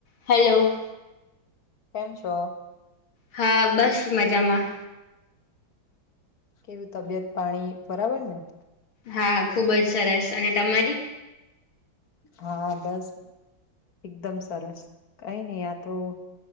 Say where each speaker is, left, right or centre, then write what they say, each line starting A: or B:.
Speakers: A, on the left; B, on the left.
A: Hello.
B: કેમ છો?
A: હા બસ મજામાં.
B: કેવીું તબિયત પાણી બરાબર ને.
A: હા ખુબ જ સરસ અને તમારી.
B: હા બસ એકદમ સરસ કઈ નહ આયા તો.